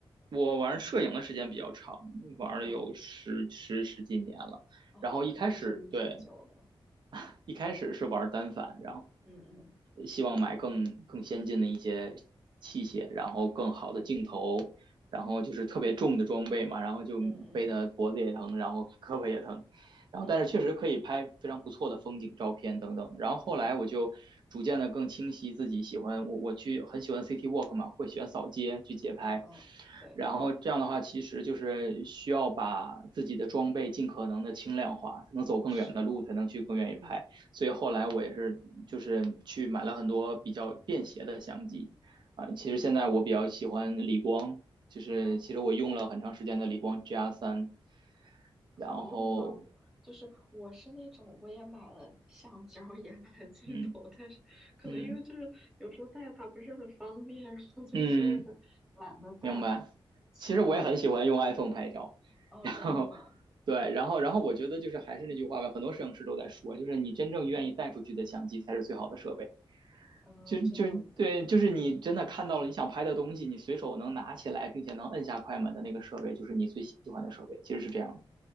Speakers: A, on the right (about 55°); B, in the centre.
A: 我玩摄影的时间比较长，玩了有十十十几年了。
B: 嗯，哦，
A: 然后一开始对，
B: 那真挺久的。
A: <laughs> 一开始是玩单反，
B: 嗯嗯
A: 希望买更更先进的一些器械，然后更好的镜头，
B: 嗯
A: 然后就是特别重的装备嘛，然后就背的脖子也疼，
B: 嗯嗯
A: 然后胳膊也疼，然后但是确实可以拍非常不错的风景照片等等。
B: 嗯
A: 然后后来我就逐渐的更清晰自己喜欢我我去很喜欢
B: 嗯，
A: city walk 嘛，会喜欢扫街去街拍，
B: 啊啊，嗯对，
A: 然后这样的话其实就是需要把自己的装备尽可能的轻量化，才能走更远的路，
B: 是，
A: 才能去更愿意拍。
B: 嗯
A: 所以后来我也是就是去买了很多比较便携的相机啊、呃其实现在我比较喜欢理光，就是其实我用了很长时间的理光
B: 啊。
A: GR 三，
B: 好用吗？
A: 然后
B: 就是我是那种，我也买了橡胶，也买了镜头，
A: 嗯
B: 但是可能因为就是有时候带它不是很方便，
A: 嗯
B: <laughs> 然后就就是
A: 嗯，
B: 懒得带，
A: 明白。
B: 所以
A: 其实我也很喜欢用 iPhone 拍照，
B: 哦，
A: 然后
B: 真的吗？
A: 对，然后然后我觉得就是还是那句话吧，很多摄影师都在说，就是你真正愿意带出去的相机才是最好的设备。
B: 啊，
A: 就就对，
B: 这样子，
A: 就是你真的看到了你想拍的东西，你随手能拿起来，并且能摁下快门的那个设备，就是你最喜欢的设备，其实是这样。